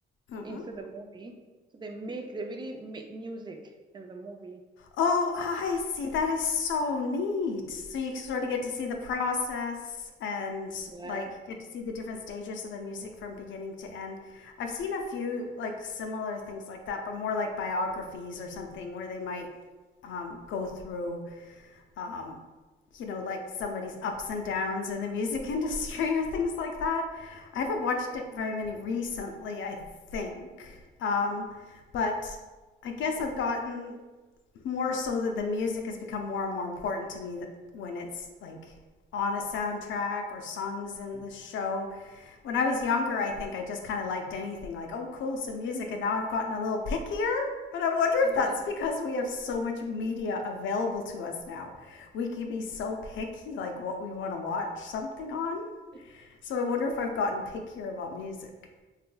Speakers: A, on the left; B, on the right.
A: Mm-hmm.
B: into the movie. So they make they really make music in the movie.
A: Oh, I see. That is so neat. So you sort of
B: Yeah,
A: get to see the process and
B: yeah,
A: like get to see the different stages of the music from beginning to end. I've seen a few like similar things like that, but more like biographies or something where they might um, go through, um, you know, like somebody's ups and downs in the music <laughs> industry or things like that. I haven't watched it very many recently, I think. Um, but I guess I've gotten more so that the music has become more and more important to me that when it's like on a soundtrack or songs in the show. When I was younger, I think I just kind of liked anything like, oh, cool, some music. And now I've gotten a little pickier. And I wonder
B: yeah.
A: if that's because we have so much media available to us now. We can be so picky, like what we want to watch something on.
B: yeah.
A: So I wonder if I've gotten pickier about music.